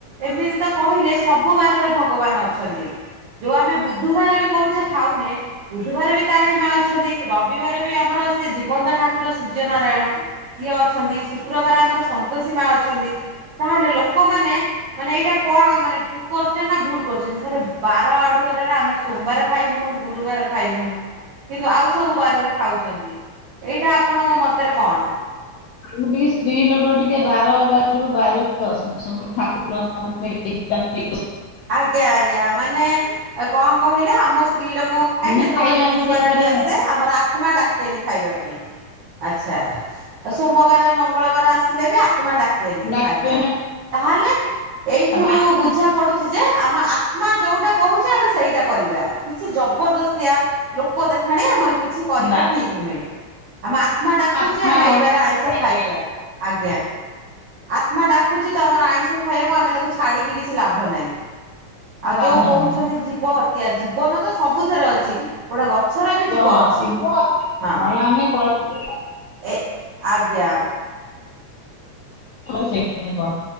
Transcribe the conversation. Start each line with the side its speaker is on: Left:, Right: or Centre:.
Right: ଏମିତି ତ କହିଲେ ସବୁ ବାରରେ ଭଗବାନ ଅ ଯୋଉ ଆମେ ବୁଧବାର ବି କହୁଛେ ଖାଉନେ ବୁଧବାରେ ବି ତାରିଣୀ ମା ଅଛନ୍ତି ରବିବାରେ ବି ଆମର ସେ ଜୀବନ୍ତ ଠାକୁର ସୂର୍ଯ୍ୟ ନାରାୟଣ ସିଏ ଅଛନ୍ତି ଶୁକ୍ରବାର ଆମର ସନ୍ତୋଷୀ ମା ଅଛନ୍ତି ତାହେଲେ ଲୋକମାନେ ମାନେ ଏଇଟା କଣ ମାନେ ଠିକ କରୁଛନ୍ତି ନା ଭୁଲ କରୁଛନ୍ତି ଖଲେ ବାର ଆଡୁ ଆମେ ସୋମବାର ଖାଇବୁନୁ ଗୁରୁବାର ଖାଇବୁନୁ କିନ୍ତୁ ଆଉ ସବୁ ବାରରେ ଖାଉଛନ୍ତି ଏଇଟା ଆପଣଙ୍କ ମତରେ
Left: ମୁଁ
Right: କଣ?
Left: ଟିକେ ସ୍ତ୍ରୀ ଲୋକ ଟିକେ ବା <unintelligible>
Right: ଆଜ୍ଞା ଆଜ୍ଞା ମାନେ କଣ କହିଲ ଆମ ସ୍ତ୍ରୀ ଲୋକଙ୍କ
Left: ଆମେ
Right: ପାଇଁ ଯେତେବେଳେ
Left: ଖାଇବାନି
Right: ଗୁରୁବାରଟିେ
Left: ସେଇ ବାର
Right: ଆସେ ଆମର ଆତ୍ମା ଡାକେନି ଖାଇବା ପାଇଁ। ଆଚ୍ଛା ଆଉ ସୋମବାର ମଙ୍ଗଳବାର ଆସିଲେ ବି ଆତ୍ମା ଡାକେନି
Left: ଡାକିବାନି
Right: ଆଜ୍ଞା। ତାହେଲେ ଏଇଥିରୁ
Left: ଆଉ ବାର
Right: ବୁଝା ପଡୁଛି ଆମ ଆତ୍ମା ଯୋଉଟା କହୁଛି ଆମେ ସେଇଟା କରିବା କିଛି ଜବରଦ ଲୋକ ଦେଖାଣିଆ ଆମର କିଛି କରିବା
Left: ନା
Right: ଠିକ ନୁହେଁ। ଆମେ ଆତ୍ମା ଡାକୁଛିେ
Left: ଜମା
Right: ଆମେ
Left: ହଉନି
Right: ଏଇବାର
Left: ଆମେ
Right: ଆଇଁଷ
Left: ଖାଇବାନି
Right: ଖାଇବା ଆଜ୍ଞା। ଆତ୍ମା ଡାକୁଛି ତ ଆମର ଆଇଁଷ ଖାଇବାକୁ ଆମେ ତାକୁ ଛାଡିକି କିଛି ଲାଭ ନାହିଁ। ଆଉ
Left: ଲାଭ
Right: ଯୋଉ କହୁଛନ୍ତି
Left: ନାହିଁ
Right: ଜୀବ ହତ୍ୟା ଜୀବନ ତ ସବୁଥିରେ ଅଛି। ଗୋଟେ ଗଛର ବି ଯିବ
Left: ହଁ
Right: ଅଛି
Left: ଅଛି।
Right: ହଁ।
Left: ନାଇଁ ଆମେ କଳି
Right: ଏ ଆଜ୍ଞା।
Left: ସେ <unintelligible>